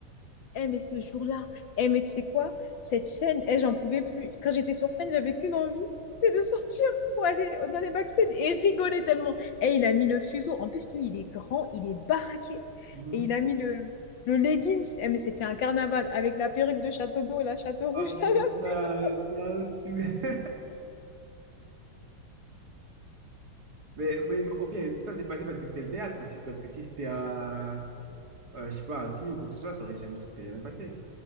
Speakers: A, on the left (about 70°); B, on the right (about 50°).
A: eh, mais ce jour-là, eh, mais tu sais quoi? Cette scène, eh, j'en pouvais plus. Quand j'étais sur scène, j'avais qu'une envie, c'était de sortir pour aller dans les backstage et rigoler tellement. Eh, il a mis le fuseau. En plus, lui, il est grand, il est baraqué.
B: Mhm.
A: Et il a mis le, le leggings. Eh, mais c'était un carnaval avec la perruque de Château d'eau, la Château Rouge,
B: Oh
A: <laughs> la
B: putain,
A: perruque.
B: c'est un autre truc. <laughs> de Mais, mais bon, ok, ça c'est passé parce que c'était le théâtre. Parce que parce que si c'était un, euh, je sais pas, un film ou quoi que ce soit, ça aurait jamais, ça serait jamais passé.